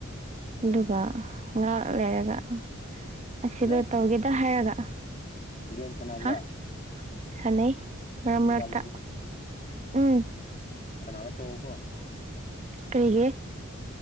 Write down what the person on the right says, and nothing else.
ꯑꯗꯨꯒ
ꯉꯥ ꯂꯩꯔꯒ ꯑꯁꯤꯗꯣ
ꯇꯧꯒꯦꯗ ꯍꯥꯏꯔꯒ
ꯍꯥ ꯁꯥꯟꯅꯩ ꯃꯔꯛ
ꯃꯔꯛꯇ ꯎꯝ
ꯀꯔꯤꯦ